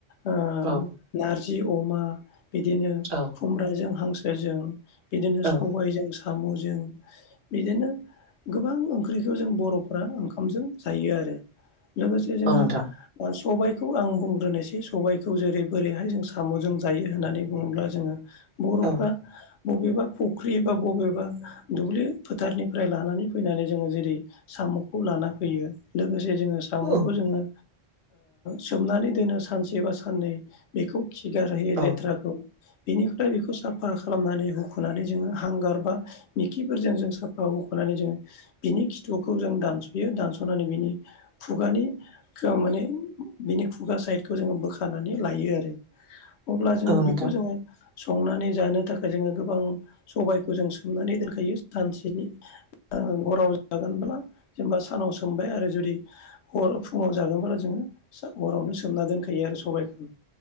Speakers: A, on the left; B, on the right.
A: ओ
B: औ
A: नारजि अमा बिदिनो
B: औ
A: खुमब्राजों हांसोजों बिदिनो सबायजों
B: औ
A: साम'जों बिदिनो गोबां ओंख्रिखौ जों बर'फ्रा ओंखामजों जायो आरो लोगोसे जोङो
B: औ नोंथां
A: ओ सबायखौ आं बुंग्रोनोसै सबायखौ जेरै बोरैहाय जों साम'जों जायो होननानै बुङोब्ला जोङो बर'फ्रा
B: औ
A: बबेबा फुख्रि बा बबेबा दुब्लि फोथारनिफ्राय लानानै फैनानै जोङो जेरै साम'खौ ला लाना फैयो लोगोसे जे जोङो साम'खौ
B: औ
A: जोङो सोमनानै दोनो सानसे बा साननै बेखौ खिगार होयो
B: औ
A: लेथ्राखौ बेनि खौ साफा खालामनानै होुख'नानै जोङो हांगार बा मखिफोरजों जों साफा होख'नानै जोङो बिनि खिथुखौ जों दानस'यो दानस'नानै बिनि खुगानि माने बेनि खुगा साइदखौ जोङो बोखानानै लायो आरो अब्ला जोङो
B: औ नोंथां
A: बेखौ जोङो। संनानै जानो थाखाय जोङो गोबां सबायखौ जों सोमनानै दोनखायो सानसेनि हराव जागोनब्ला जेनेबा सानाव सोमबाय आरो जुदि हर फुङाव जागोनब्ला जोङो सो हरावनो सोमना दोनखायो आरो सबायखौ